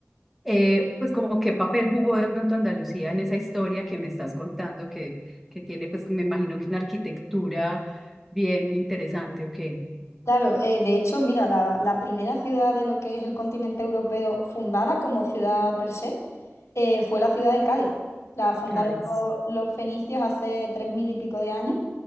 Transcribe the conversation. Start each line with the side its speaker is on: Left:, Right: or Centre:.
Centre: eh, pues como qué papel jugó de pronto Andalucía en esa historia que me estás contando, que, que tiene, pues me imagino que una arquitectura bien interesante, ok.
Left: Claro, eh, de hecho, mira, la, la primera ciudad de lo que es el continente europeo fundada como ciudad per se eh, fue la ciudad de Cádiz. La fundaron
Centre: Cádiz.
Left: lo- los, fenicios hace tres mil y pico de años